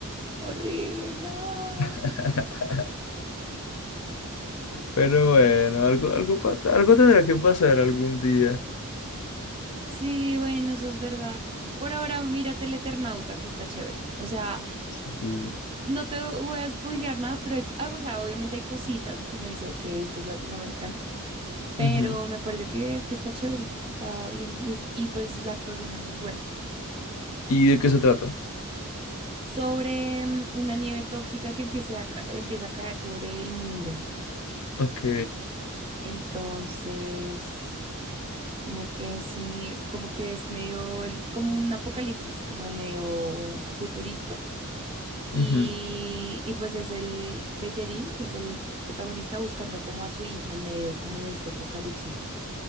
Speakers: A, on the right; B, on the left.
A: Horrible, no.
B: <laughs> Pero bueno, algo, algo, pa- algo tendrá que pasar algún día.
A: Sí, bueno, eso es verdad. Por ahora, mírate el Eternauta, que está chévere. O sea,
B: Sí, sí.
A: no te voy a spoilear nada, pero hay- ah, o sea, obviamente hay cositas que uno dice, ok, esto es latinoamericano, pero
B: Ujú.
A: me parece que, que está chévere, que está bien y, es- y pues la actuación es muy buena.
B: ¿Y de qué se trata?
A: Sobre mm, una nieve tóxica que empiece a ca- empieza a caer sobre el mundo.
B: Ok.
A: Entonces, como que sí, como que es medio, el, como un apocalipsis, como medio futurista Y,
B: Ujú.
A: y pues es el Bellerín, que es el co- protagonista, buscando como a su hija en medio como de este apocalipsis.